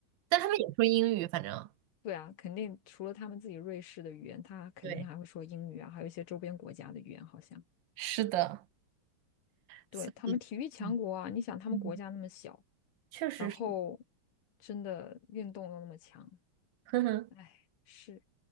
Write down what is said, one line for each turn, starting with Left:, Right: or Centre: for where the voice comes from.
Right: 但他们也说英语，反正
Left: 对啊，肯定除了他们自己瑞士的语言，他肯定还会说英语啊，
Right: 对，
Left: 还有一些周边国家的语言，好像。
Right: 是的，所以，
Left: 对，他们体育强国啊，
Right: 嗯，
Left: 你想他们国家那么小，
Right: 嗯确实是，
Left: 然后真的运动又那么强。
Right: <laughs> 呵呵。
Left: 哎，是